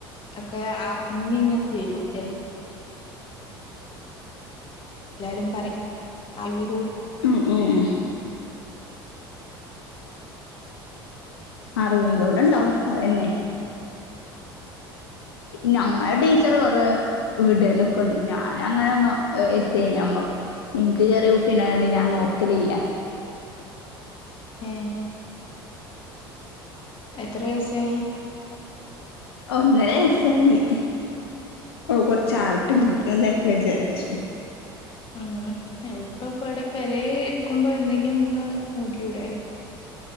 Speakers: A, on the left (about 40°); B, on the left (about 80°).
A: ഒക്കെ അറിഞ്ഞിങ്ങനെ വരും എ എല്ലാരും പറിം <unintelligible>
B: ഉം ഉം അറിവിലൂടെ ണ്ടാവും അതന്നെ ഞങ്ങളെ ടീച്ചർ കൊറെ വിടലൊക്കെ ണ്ട് ഞാൻ അങ്ങനെന്നൊ എത്തെ നമ്മക്ക് ഇൻക്ക് ചെറ്യേ കുട്ടി ണ്ടായൊണ്ട് ഞാൻ നോക്കലില്ല
A: ഏ എത്ര വയസായി
B: ഒന്നര വയസായി ഓ കൊർച്ച് ആവിട്ടെ ങ്ങട്ട് ഇതൊക്കെ വിചാരിച്ചു
A: ഉം ഇപ്പൊ പ്പടെ പെരേ ഇരിക്കുമ്പോ എന്തെങ്കിലും ഒന്ന് നോക്കിയൂടേ